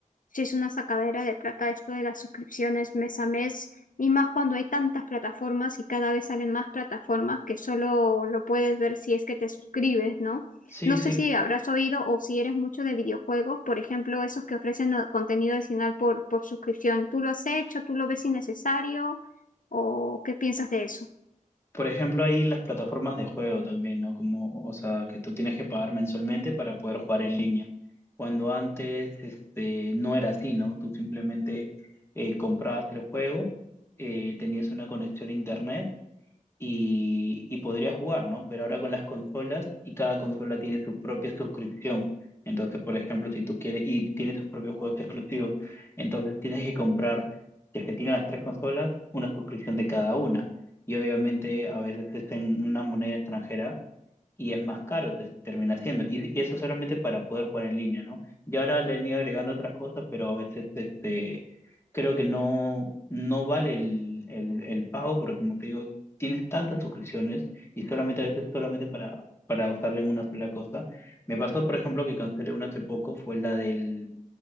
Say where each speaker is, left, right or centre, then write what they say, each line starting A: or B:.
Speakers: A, on the left; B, on the left.
A: si es una sacadera de plata esto de las suscripciones mes a mes, y más cuando hay tantas plataformas y cada vez salen más plataformas que solo lo puedes ver si es que te suscribes, ¿no?
B: Sí,
A: No
B: sí.
A: sé si habrás oído o si eres mucho de videojuegos, por ejemplo, esos que ofrecen eh, contenido adicional por, por suscripción. ¿Tú lo has hecho? ¿Tú lo ves innecesario? ¿O qué piensas de eso?
B: Por ejemplo, ahí las plataformas de juego también, ¿no? Como, o sea, que tú tienes que pagar mensualmente para poder jugar en línea. Cuando antes, este, no era así, ¿no? Tú simplemente eh, comprabas el juego, eh, tenías una conexión a internet y, y podría jugar, ¿no? Pero ahora con las consolas y cada consola tiene su propia suscripción. Entonces, por ejemplo, si tú quieres, y tiene sus propios juegos exclusivos, entonces tienes que comprar, si es que tiene las tres consolas, una suscripción de cada una. Y obviamente a veces es en una moneda extranjera y es más caro, te termina siendo. Y, y eso solamente para poder jugar en línea, ¿no? Y ahora le han ido agregando otras cosas, pero a veces este, creo que no, no vale el, el, el pago, porque como te digo, tienes tantas suscripciones y solamente a veces solamente para, para usarla en una sola cosa. Me pasó, por ejemplo, que cancelé una hace poco, fue la del